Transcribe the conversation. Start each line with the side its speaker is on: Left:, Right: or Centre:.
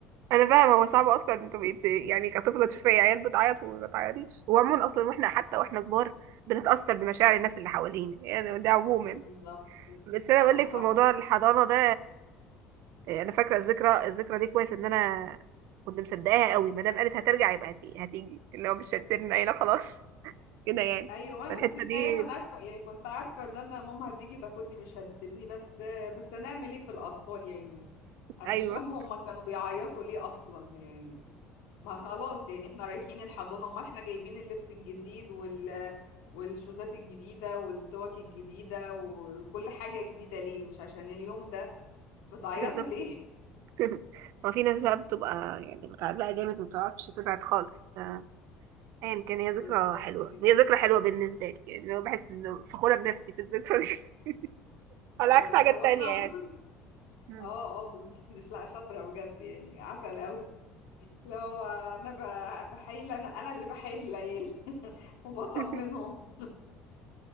Right: انا فاهمة هو صعب اصلا انت بقيت يعني كطفلة تشوفي عيال بتعيط وما تعيطيش وعموما اصلا واحنا حتى واحنا كبار بنتأثر بمشاعر الناس اللي حوالينا يعني ده عموما
Left: بالظبط كده
Right: بس
Left: <laughs>
Right: انا
Left: اه
Right: بقول لك
Left: صح
Right: في موضوع الحضانة ده آه، انا فاكره الذكرى الذكرى دي كويس ان انا كنت مصدقاها قوي ما دام قالت هترجع يبقى هتيجي هتيجي اللي هو مش هتسيبنا هنا خلاص <laughs> كده يعني
Left: ايوه انا
Right: فالحته
Left: نفس الكلام
Right: دي
Left: انا عارفه يعني كنت عارفه ان انا ماما هتيجي تاخدني مش هتسيبني بس بس هنعمل ايه في الاطفال يعني انا
Right: ايوه
Left: مش فاهمه هما كانوا بيعيطوا ليه اصلا يعني ما خلاص يعني احنا رايحين الحضانة امال احنا جايبين اللبس الجديد وال والشوزات الجديدة والتوك الجديدة وكل حاجة جديدة ليه مش عشان اليوم ده بتعيطوا
Right: بالظبط
Left: ليه
Right: <laughs> هو في ناس بقى بتبقى يعني متعلقه جامد ما بتعرفش تبعد خالص ف- ايا كان هي ذكرى
Left: <laughs> بالظبط
Right: حلوه
Left: كده
Right: هي ذكرى حلوه بالنسبه لي يعني انا بحس ان فخوره بنفسي في الذكرى دي <laughs> على
Left: اه
Right: عكس
Left: لا
Right: حاجات
Left: هو
Right: تانية
Left: انا عمري
Right: يعني مم.
Left: اه اه بالظبط <laughs> مش لا شاطرة بجد يعني عسل قوي لو انا ب- بحايل انا انا اللي بحايل العيال <laughs> وبطمنهم
Right: <laughs>